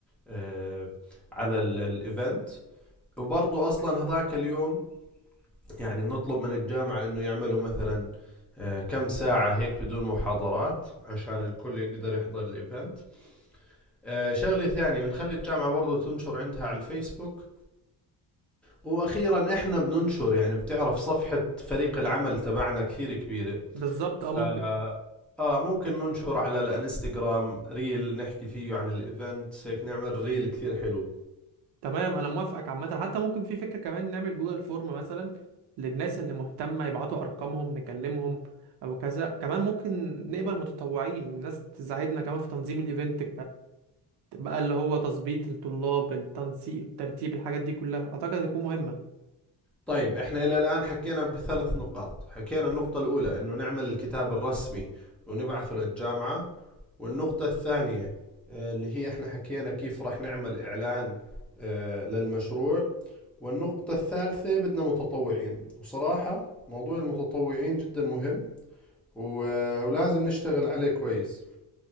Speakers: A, in the centre; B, on the right.
A: آه، على ال- الإيفنت وبرضو أصلا هذاك اليوم يعني بنطلب من الجامعة انه يعملوا مثلا آه، كم ساعة هيك بدون محاضرات عشان الكل يقدر يحضر الايفنت آه، شغلة ثانية بنخلي الجامعة برضو تنشر عندها على الفيسبوك واخيرا احنا بننشر يعني بتعرف صفحة فريق العمل تبعنا كثير كبيرة
B: بالظبط
A: ف
B: اه ممكن
A: اه ممكن ننشر على الانستغرام ريل نحكي فيه عن الايفنت هيك نعمل ريل كثير حلو
B: تمام انا موافقك عامة حتى ممكن في فكرة كمان نعمل جوجل فورم مثلا للناس اللي مهتمة يبعتوا ارقامهم نكلمهم او كذا كمان ممكن نقبل متطوعين الناس تساعدنا كمان في تنظيم الايفنت بقى اللي هو تظبيط الطلاب التنسيق الترتيب الحاجات دي كلها اعتقد هتكون مهمه
A: طيب احنا الى الان حكينا بثلاث نقاط حكينا النقطة الاولى انه نعمل الكتاب الرسمي ونبعثه للجامعة والنقطة الثانية آه، اللي هي احنا حكينا كيف راح نعمل اعلان آه، للمشروع والنقطة الثالثة بدنا متطوعين وصراحة موضوع المتطوعين جدا مهم و- آه، ولازم نشتغل عليه كويس